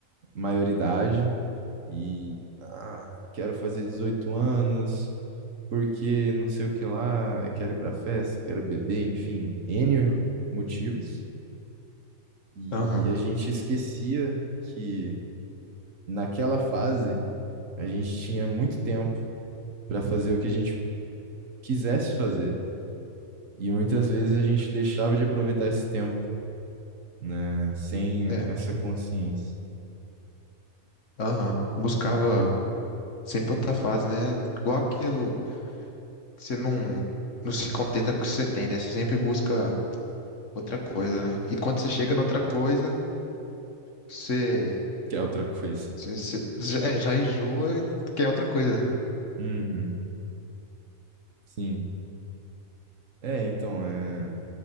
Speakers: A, on the right; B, on the left.
A: maioridade E ah, quero fazer 18 anos, porque não sei o que lá, quero ir pra festa, quero beber, enfim, N motivos. E
B: Aham.
A: a gente esquecia que naquela fase a gente tinha muito tempo para fazer o que a gente quisesse fazer. E muitas vezes a gente deixava de aproveitar esse tempo, né, sem
B: É.
A: essa consciência.
B: Aham. Buscava sempre outra fase, né? Igual aquilo. Você não, não se contenta com o que você tem, né? Você sempre busca outra coisa, né? E quando você chega na outra coisa, você,
A: que é outra coisa.
B: você, você- já, é, já enjoa e quer outra coisa.
A: Uhum, sim. É, então, é...